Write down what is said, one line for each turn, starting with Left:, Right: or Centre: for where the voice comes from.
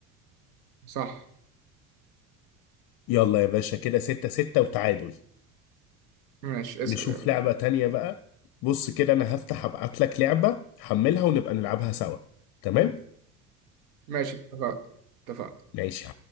Right: صح
Left: يلا يا باشا كده ستة ستة وتعادل
Right: ماشي اسأل
Left: نشوف
Right: يلا
Left: لعبة تانية بقى بص كده انا هفتح ابعت لك لعبة حملها ونبقى نلعبها سوا تمام
Right: ماشي اتفقنا اتفقنا
Left: ماشي